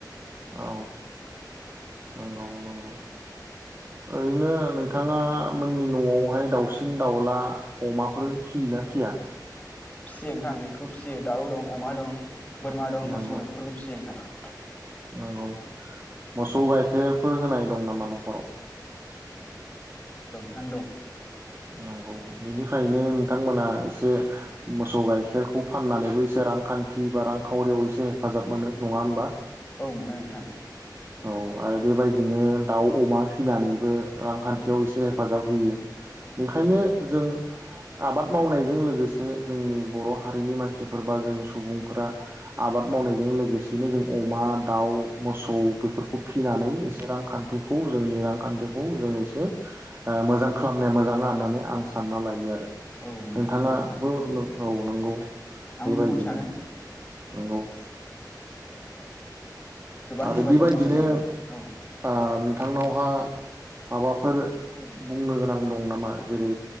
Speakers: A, on the right; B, on the left.
A: औ नंगौ नंगौ ओरैनो नोंथाङा मोननि न'आवहाय दाउसिन दाउला अमाफोर फियोना फिया?
B: फिसियो नोंथां बेफोरखौ फिसियो दाउ दं अमा दं। बोरमा दं
A: नंगौ
B: मोसौ दं इफोरखौ फिसियो नोंथां।
A: नंगौ। मोसौ गाइखेरफोर होनाय दं नामा न'खराव?
B: ओं दं।
A: नंगौ। बेनिफ्रायनो नोंथांमोना एसे मोसौ गाइखेरखौ फाननानैबो एसे रांखान्थि बा रांखावरियाव एसे हेफाजाब मोनो। नङा होमबा?
B: औ मोनो नोंथां।
A: औ आरो बेबायदिनो दाउ अमा फिनानैबो रांखान्थियाव
B: औ
A: एसे हेफाजाब होयो। बेखायनो
B: औ
A: जों आबाद मावनायजों लोगोसे जोंनि बर' हारिनि मानसिफोर बा जों सुबुंफोरा आबाद मावनायजों लोगोसेयैनो जों अमा, दाउ, मोसौ बेफोरखौ फिनानै एसे रांखान्थिखौ जोंनि रांखान्थिखौ जों एसे ओ मोजां खालामनाया मोजां ना होननानै आं सानना लायो आरो।
B: औ नोंथां
A: नोंथाङाबो
B: मोजां
A: नों औ नंगौ।
B: आंबो
A: बेबायदिनो
B: बेखौनो सानो
A: नंगौ। <inaudible>
B: गोबां
A: आरो
B: हेफाजाब
A: बेबायदिनो
B: मोनो माने औ
A: ओ थांनावहा माबाफोर बुंनो गोनां दं नामा जेरै